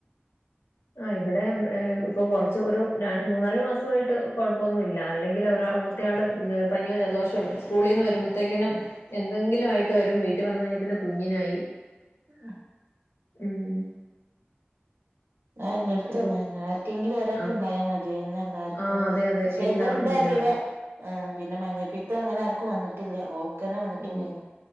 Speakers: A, on the left; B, on the right.
A: ആ ഇവിടെ ഇപ്പൊ കാറച്ച് ഒരു ര മൂന്നാല് മാസ വായിട്ട് കൊഴപ്പൊന്നുല്ല അല്ലെങ്കിൽ ഒരാ. മറ്റ്യാേളും ന് ഉം പനിയോ സ്കൂളിൽ നിന്ന് വരുമ്പഴത്തേക്കിനും <unintelligible> എന്തെങ്കിലും ആയിട്ട് വരും വീട്ടിൽ വന്ന കഴിഞ്ഞാ പിന്നെ കുഞ്ഞിനായി.
B: ആഹാ.
A: ഉം.
B: ആല്ല അടുത്ത
A: ഇപ്പൊ
B: അങ്ങ ആർക്കെങ്കിലും ഒരാക്കെ
A: ആ
B: ഇണ്ടായാ മതി പിന്നെ എല്ലാർക്കും.
A: ആ അതെ
B: പക്ഷെ
A: അതെ എല്ലാർക്കും
B: ഇതെന്താ
A: പിന്നെ
B: അറില്ല.
A: വരും
B: ആ പിന്നെ മഞ്ഞപ്പീത്ത അങ്ങനെ ആർക്കും വന്നിട്ടില്ല ഓ. കനെ വന്നിട്ടുള്ളേന്.
A: ഇല്ല